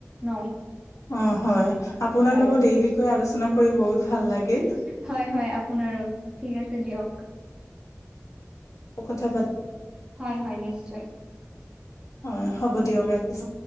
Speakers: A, on the right; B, on the left.
A: ন
B: অ হয় আপোনাৰ
A: হয়
B: লগত
A: হয়
B: এই বিষয়ে আলোচনা কৰি বহুত ভাল লাগিল
A: হয় হয় আপোনাৰো ঠিক আছে দিয়ক
B: কথা পাতি
A: হয় হয় নিশ্চয়
B: হয় হ'ব দিয়ক ৰাখিছো